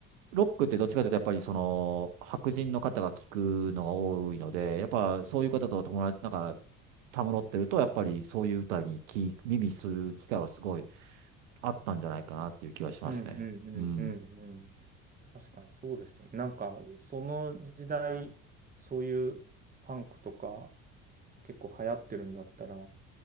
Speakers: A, on the right (about 70°); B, on the right (about 20°).
A: ロックってどっちかというと、やっぱりその、白人の方が聞くのが多いので、やっぱそういう方と友達、なんか、たむろってると、やっぱりそういう歌に聞き耳する機会はすごいあったんじゃないかなっていう気はしますね。
B: うんうんうんうん。
A: うん。
B: 確かにそうですよね。なんか、その時代、そういうパンクとか結構流行ってるんだったら、